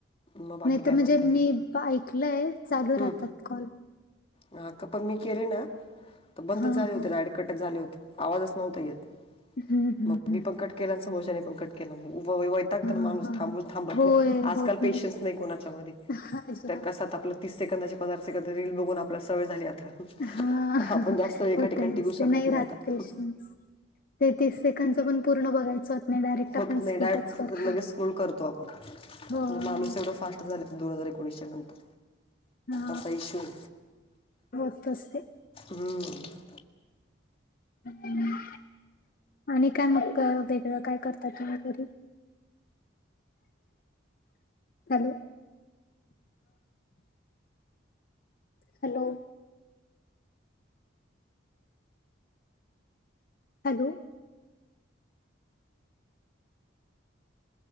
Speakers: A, on the left (about 30°); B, on the left (about 45°).
A: मग बाकी
B: नाही
A: काय
B: तर म्हणजे
A: म्हणताय
B: मी ऐकलंय चालू
A: हम्म.
B: राहतात. कॉल
A: हा. की पण मी केले ना तर बंदच
B: हा
A: झाले होते
B: हा
A: डायरेक्ट कटच झाले होते आवाजच नव्हता येत
B: हम्म हम्म
A: मग
B: हम्म
A: मी पण कट केला आणि समोरच्याने पण कट केला व्ह, व्ह
B: हा
A: माणूस
B: हा
A: थांबून, थांबत
B: होय
A: नाही आजकाल
B: होत
A: पेशन्स नाही कोणाच्या मध्ये
B: हा, अजिबात
A: कस हाय आपलं तीस सेकंदाचे पदार्थाचे रील बघून आपल्याला सवय झाली आता
B: हा
A: आपण जास्त वेळ एका
B: होतय
A: ठिकाणी टिगू
B: असते
A: शकत नाही
B: राहत
A: आता.
B: पेशन्स ते तीस सेकंदच पण पूर्ण बघायचं नाही डायरेक्ट
A: होत
B: आपण
A: नाही,
B: स्किपच
A: डायरेक्ट
B: करतो
A: लगेच स्क्रोल करतो आपण
B: होय
A: माणूस एवढं फास्ट झाल्यात दोन हजार एकोणीसच्या नंतर.
B: हा
A: असा विषय हाय,
B: होत असते
A: हम्म
B: हम्म आणि काय मग वेगळं काय करता तुम्ही घरून? Hello hello hello